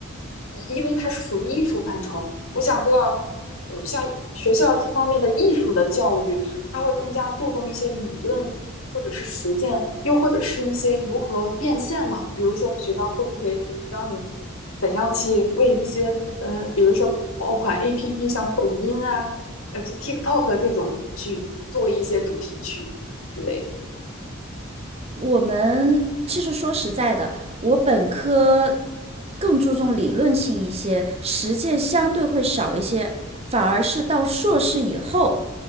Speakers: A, on the left; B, on the right.
A: 嗯因为它是属于艺术范畴，我想知道，嗯，像学校这方面的艺术的教育，它会更加注重一些理论。或者是实践，又或者是一些如何变现嘛？比如说学校会不会教你怎样去为一些呃，比如说爆款 APP，像抖音啊，呃，这 TikTok 这种去做一些主题曲之类的。
B: 我们其实说实在的，我本科更注重理论性一些，实践相对会少一些，反而是到硕士以后，